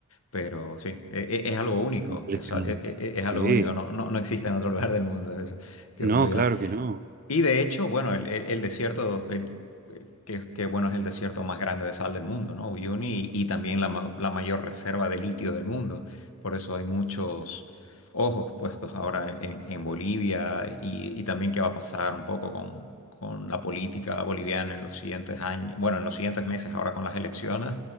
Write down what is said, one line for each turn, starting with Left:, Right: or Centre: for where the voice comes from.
Left: Pero sí, e- e- es, algo único,
Right: Impresionante.
Left: es, a- e-
Right: Sí.
Left: e- es algo único, no, no, no existe en otro lugar del mundo eso, que un
Right: No,
Left: avión,
Right: claro que no.
Left: y de hecho, bueno, el, el- el desierto, el, eh, que, que, bueno, es el desierto más grande de sal del mundo, ¿no? Uyuni y, y también la, ma- la mayor reserva de litio del mundo. Por eso hay muchos ojos puestos ahora en, en Bolivia y, y también qué va a pasar un poco con, con la política boliviana en los siguientes años, bueno, en los siguientes meses ahora con las elecciones,